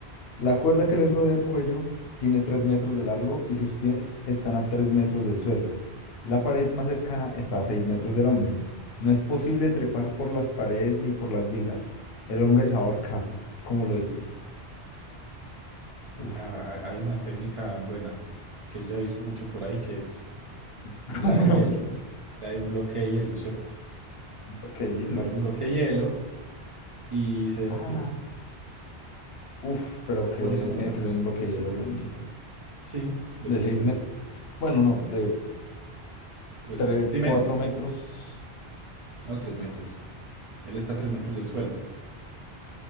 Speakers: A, on the left; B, on the right.
A: La cuerda que
B: Ok.
A: le rodea el cuello tiene tres metros de largo y sus pies están a tres metros del suelo. La pared más cercana está a seis metros del hombre. No es posible trepar por las paredes ni por las vigas. El hombre es ahorcado. ¿Cómo lo hizo? Uf,
B: Ah, ha- hay una técnica buena que yo ya he visto mucho por ahí que es
A: <laughs>
B: la
A: como
B: del hielo,
A: mucho.
B: la de un bloque de hielo, ¿cierto?
A: bloque de hielo.
B: que se paró en un bloque de hielo y se derritió.
A: Ah, Uf, pero que
B: Por eso no
A: tiene
B: lo vemos.
A: que ser un bloque de hielo grandecito.
B: Sí, de
A: De
B: tres
A: 6
B: metros.
A: metros. Bueno, no, de
B: Tres
A: 3,
B: metros. Sí,
A: 4
B: menos.
A: metros.
B: No, tres metros. Él está a tres metros del suelo.